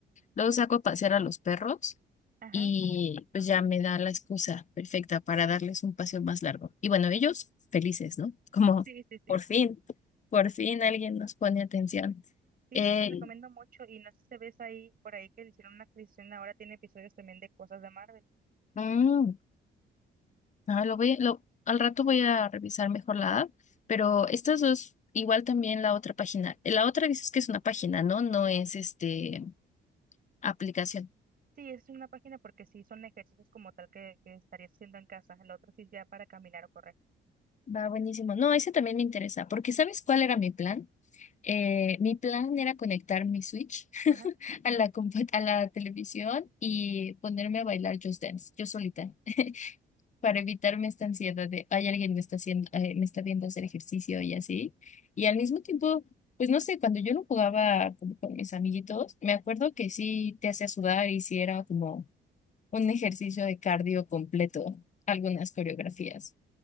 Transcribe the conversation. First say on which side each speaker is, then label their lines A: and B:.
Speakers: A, on the left; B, on the right.
A: Luego saco a pasear a los perros
B: ajá,
A: y pues ya me da la excusa perfecta para darles un paseo más largo. Y bueno, ellos felices, ¿no? Como
B: sí, sí, sí.
A: por fin, por fin alguien nos pone atención.
B: Sí,
A: Eh,
B: te lo recomiendo mucho y no sé si ves ahí, por ahí que le hicieron una actualización, ahora tiene episodios también de cosas de Marvel.
A: mm, ah, lo voy, lo, al rato voy a revisar mejor la app, pero estas dos, igual también la otra página. La otra dices que es una página, ¿no? No es este aplicación.
B: Sí, es una página porque sí son ejercicios como tal que, que estarías haciendo en casa, el otro sí es ya para caminar o correr.
A: Va buenísimo. No, ese también me interesa, porque ¿sabes cuál era mi plan? Eh, mi plan era conectar mi Switch <laughs>
B: Ajá.
A: a la, compu- a la televisión y ponerme a bailar Just Dance, yo solita, <laughs> para evitarme esta ansiedad de, ay, alguien me está haciendo, eh, me está viendo hacer ejercicio y así. Y al mismo tiempo, pues no sé, cuando yo lo jugaba como con mis amiguitos, me acuerdo que sí te hacía sudar y sí era como un ejercicio de cardio completo, algunas coreografías.